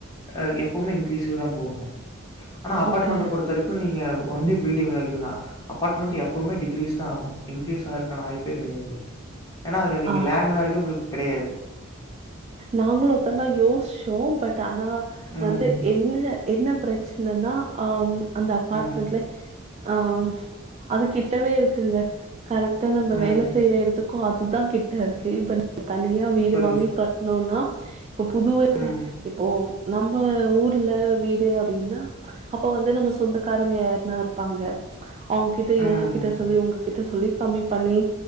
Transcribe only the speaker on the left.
அ எப் எப்போம்மே இன்கிரிஸ்ல தா போகு ஆனா அப்பார்ட்மெண்ட
பொறுத்த வரைக்கு நீங்க ஒன்லி பில்டிங் வேல்யூ தா அபார்ட்மெண்ட் எப்பவுமே டிகிரீஸ் தா ஆகு இன்கிரீஸ் ஆதற்கான வாய்பு கெடையாது ஏனா அதுல நீங்க
லேண்ட் வேல்யூ உங்களுக்கு கெடையாது
ம்,
ம்,
ம்.
புரியுது.
ம்,
ம்.